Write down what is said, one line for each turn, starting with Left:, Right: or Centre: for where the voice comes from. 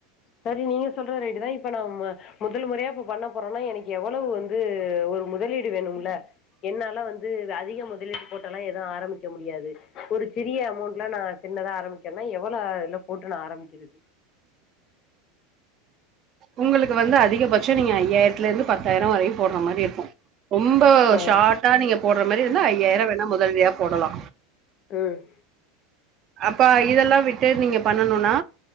Left: சரி நீங்க சொல்ற ரேட்டு தா இப்ப நா முதல் முறையா போ பண்ண போறேனா எனக்கு எவ்வளவு வந்து ஒரு முதலீடு வேணும்ல என்னால வந்து அதிக முதலீடு போட்டுலா எதுவு ஆரம்பிக்க முடியாது ஒரு சிறிய அமௌண்ட்ல நா சின்னதா ஆரம்பிக்கிறேனா எவ்வளோ இதுல போட்டு நா ஆரம்பிக்கிறது
Right: உங்களுக்கு வந்து அதிகபட்சோ நீங்க ஐயாயிரத்துல இருந்து பத்தாயிரம் வரைக்கு போட்ற மாரி இருக்கு ரொம்ப
Left: ஆ
Right: ஷார்ட்டா நீங்க போட்ற மாரி வந்து ஐயாயிரம் வேணா முதலீடா போடலா
Left: ம்
Right: அப்ப இதெல்லா விட்டு நீங்க பண்ணணுனா